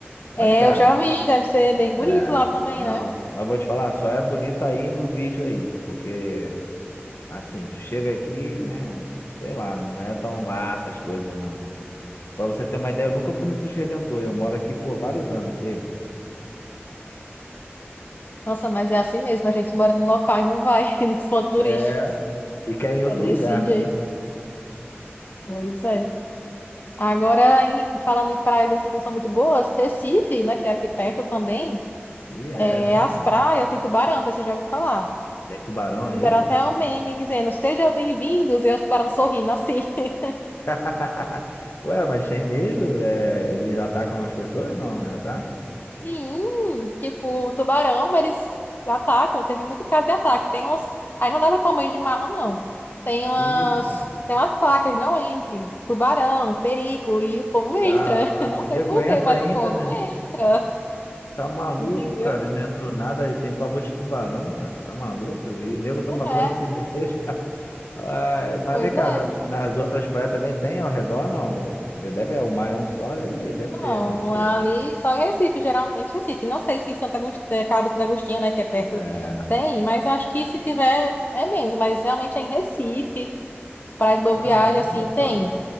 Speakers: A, on the left; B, on the left.
A: Mas,
B: É,
A: cara,
B: eu já vi, deve ser bem bonito
A: é...
B: lá também,
A: Não,
B: né?
A: mas vou te falar, só é bonito aí no vídeo aí. Porque, assim, tu chega aqui, né? Sei lá, não é tão lá essas coisas, não. Pra você ter uma ideia, eu nunca fui no Cristo Redentor. Eu moro aqui por vários anos. E aí?
B: Nossa, mas é assim mesmo, a gente mora num local e não vai <laughs> nos pontos turísticos.
A: É. E quer em outro
B: É desse
A: lugar.
B: jeito. Pois é. Agora, em- falando em praias assim que não são muito boas, Recife, né, que é aqui perto também,
A: E é
B: é
A: verdade.
B: as praias tem tubarão, não sei se você já ouviu falar.
A: Tem tubarão aí?
B: Fizeram até um meme dizendo, sejam bem-vindos, e aí os tubarão sorrindo assim. <laughs>
A: <laughs> Ué, mas tem mesmo? É, eles atacam as pessoas? Não, né? Ataca?
B: Sim, tipo, tubarão, eles atacam, teve muito caso de ataque. Tem uns, aí não dá pra tomar banho de mar, não. Tem umas,
A: Que isso, cara?
B: tem umas placas, não entre, tubarão, perigo, e o povo entra.
A: Caraca,
B: <laughs> Não
A: nego
B: sei por
A: entra
B: quê, mas
A: ainda,
B: o povo
A: né?
B: entra,
A: Tá maluco,
B: entendeu?
A: cara. Não entrou nada e tem pavor de tubarão, cara. Tá maluco? E nego toma
B: Não
A: banho
B: é,
A: assim <laughs> mesmo. Ai, mas
B: pois
A: vem cá,
B: é.
A: no- nas outras praias também tem ao redor, não? Deve, é o mar é um só, deve, deve ter,
B: Não,
A: não sei.
B: ali só em Recife, geralmente Recife. Não sei se Santa Agust... eh, Cabo Santo Agostinho, né, que é perto,
A: É.
B: tem, mas acho que se tiver é menos, mas realmente é em Recife, Praia de Boa
A: Caramba,
B: Viagem, assim,
A: cara.
B: tem,